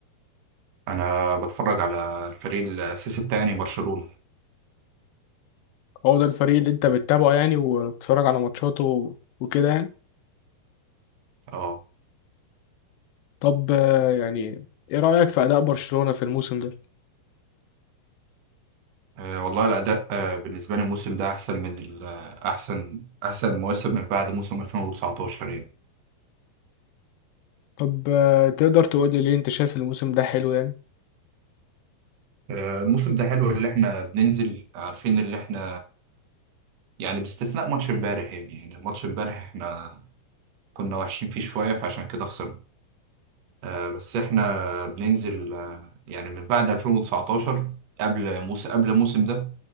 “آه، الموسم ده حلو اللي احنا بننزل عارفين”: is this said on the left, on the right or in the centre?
Right